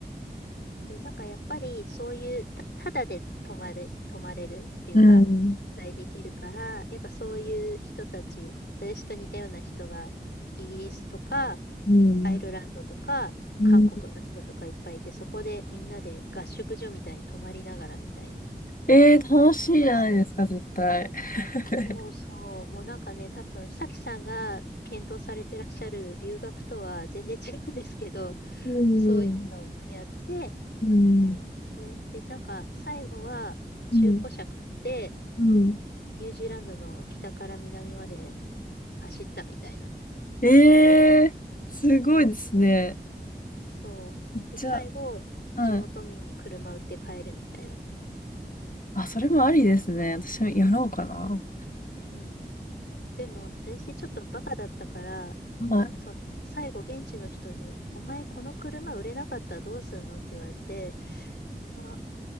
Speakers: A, on the left; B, on the left.
A: うん、で、なんかやっぱりそういうた、ただで泊まれ、泊まれるっていうか、
B: うん。
A: 滞在できるから、やっぱそういう人たち、私と似たような人がイギリスとか、
B: うん。
A: アイルランドとか、
B: うん、
A: 韓国の人とかいっぱいいて、そこでみんなで合宿所みたいに泊まりながらみたいな、
B: えー、楽しいじゃないですか、
A: やってましたね。
B: 絶対。<laughs>
A: そうそう、もうなんかね、多分、さきさんが検討されてらっしゃる留学とは全然違うんですけど、
B: うん。
A: そういうのをやって、
B: うん。
A: みたいなんですね。で、なんか最後は中古車買って
B: うん。うん
A: ニュージーランドの北から南まで走ったみたいな。
B: えー、すごいですね。
A: そう。で、
B: じゃ
A: 最後、
B: あ、
A: 地元民に車売って帰るみたいな。
B: はい。あ、それもありですね。私もやろうかな。
A: うん。でも、私ちょっとバカだったから、
B: はい。
A: その最後現地の人に、お前この車売れなかったらどうすんのって言われて、あ、